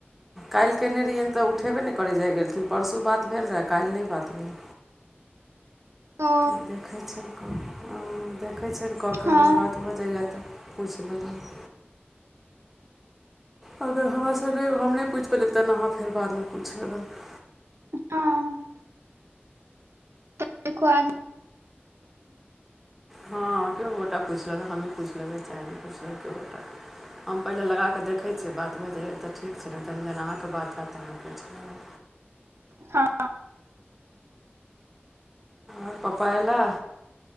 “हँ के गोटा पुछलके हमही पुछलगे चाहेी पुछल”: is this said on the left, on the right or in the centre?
Centre